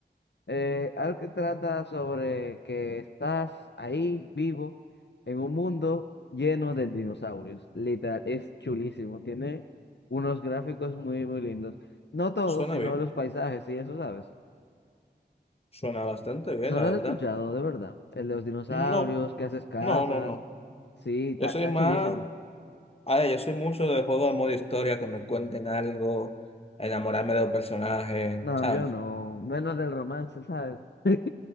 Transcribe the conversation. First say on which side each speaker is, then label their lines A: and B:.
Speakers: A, on the left; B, on the left.
A: Eh, algo que trata sobre que estás ahí vivo en un mundo lleno de dinosaurios. Literal, es chulísimo. Tiene unos gráficos muy, muy lindos. No todos,
B: suena
A: sino
B: bien.
A: los paisajes, y eso sabes.
B: Suena bastante bien,
A: No
B: la
A: lo
B: verdad.
A: has escuchado, de verdad. El de los dinosaurios,
B: No,
A: que haces casas.
B: no, no, no.
A: Sí, está
B: Yo soy
A: está
B: más,
A: chulísimo.
B: a ver, yo soy mucho de juegos de modo historia, que me cuenten algo, enamorarme de los personajes,
A: No,
B: ¿sabes?
A: yo no. Menos del romance, ¿sabes? <laughs>